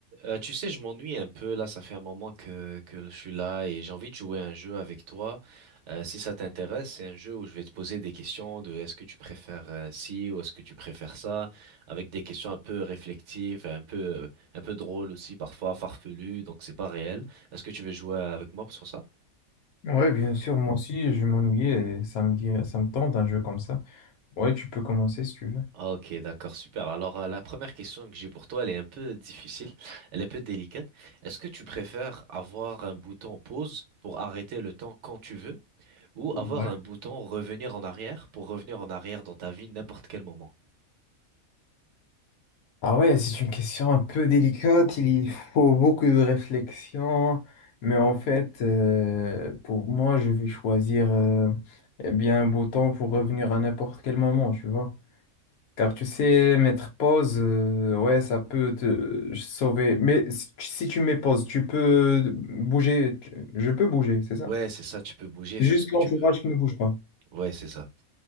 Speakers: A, on the right; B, on the left.
A: Euh, tu sais, je m'ennuie un peu là, ça fait un moment que, que je suis là et j'ai envie de jouer à un jeu avec toi. Euh, si ça t'intéresse, c'est un jeu où je vais te poser des questions de est-ce que tu préfères euh, ci ou est-ce que tu préfères ça, avec des questions un peu réflexives, un peu euh, un peu drôles aussi parfois, farfelues, donc c'est pas réel. Est-ce que tu veux jouer avec moi sur ça?
B: Ouais, bien sûr, moi aussi, je m'ennuyais et ça me dit, ça me tente un jeu comme ça. Ouais, tu peux commencer si tu veux.
A: Ok, d'accord, super. Alors euh, la première question que j'ai pour toi, elle est un peu difficile, elle est un peu délicate. Est-ce que tu préfères avoir un bouton pause pour arrêter le temps quand tu veux? Ou avoir
B: Ouais.
A: un bouton revenir en arrière pour revenir en arrière dans ta vie n'importe quel moment.
B: Ah ouais, c'est une question un peu délicate, il y faut beaucoup de réflexion, mais en fait, euh, pour moi, je vais choisir euh, eh bien un bouton pour revenir à n'importe quel moment, tu vois. Car tu sais, mettre pause, euh, ouais, ça peut te sauver. Mais si si tu mets pause, tu peux bouger, tu- je peux bouger, c'est ça.
A: Ouais, c'est ça, tu peux bouger,
B: Juste
A: faire ce que
B: l'entourage
A: tu veux.
B: qui ne bouge pas.
A: Ouais, c'est ça.